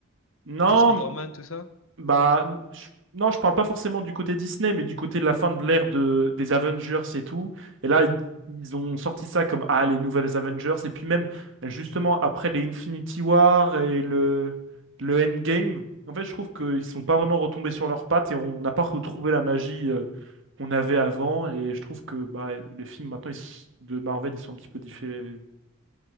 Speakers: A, on the right; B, on the left.
A: non,
B: Avec les Spider-Man, tout ça?
A: bah, je, non, je parle pas forcément du côté Disney, mais du côté de la fin de l'ère de, des Avengers et tout. Et là, ils, ils ont sorti ça comme, ah, les nouvelles Avengers. Et puis même, justement, après les Infinity War et le, le Endgame, en fait, je trouve qu'ils sont pas vraiment retombés sur leurs pattes et on n'a pas retrouvé la magie. euh, qu'on avait avant et je trouve que bah, les films maintenant ils s- de Marvel ils sont un petit peu différents